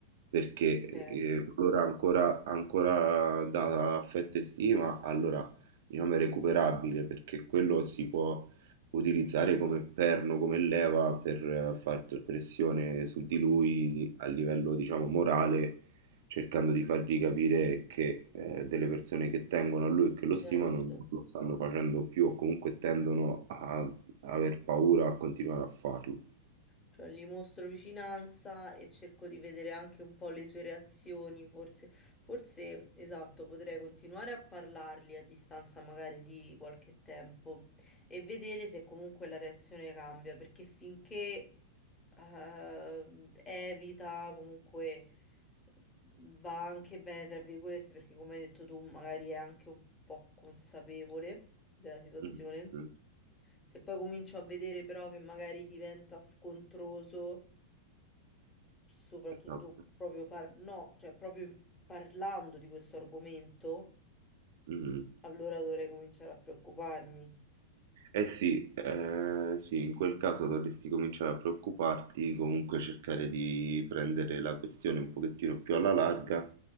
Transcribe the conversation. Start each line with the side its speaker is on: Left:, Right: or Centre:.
Right: perché
Left: ok,
Right: eh, qualora ancora, ancora dà affetto e stima, allora diciamo è recuperabile, perché quello si può utilizzare come perno, come leva per eh, far pressione su di lui a livello, diciamo, morale cercando di fargli capire che eh, delle persone che tengono a lui e che lo
Left: certo.
Right: stimano lo stanno facendo più o comunque tendono a aver paura a continuare a farlo.
Left: Cioè, gli mostro vicinanza e cerco di vedere anche un po' le sue reazioni, forse, forse esatto, potrei continuare a parlargli a distanza magari di qualche tempo e vedere se comunque la reazione cambia, perché finché eh, evita, comunque va anche bene, tra virgolette, perché come hai detto tu, magari è anche un po' consapevole della situazione.
Right: Mh, mh,
Left: Se poi comincio a vedere però che magari diventa scontroso, soprattutto
Right: esatto.
Left: proprio par- no, cioè proprio in- parlando di questo argomento,
Right: Mh.
Left: allora dovrei cominciare a preoccuparmi.
Right: Eh sì, eh, sì, in quel caso dovresti cominciare a preoccuparti, comunque cercare di prendere la questione un pochettino più alla larga